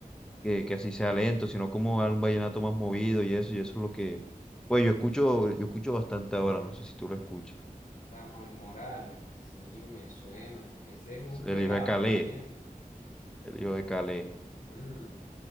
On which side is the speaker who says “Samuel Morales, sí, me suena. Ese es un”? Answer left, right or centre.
Left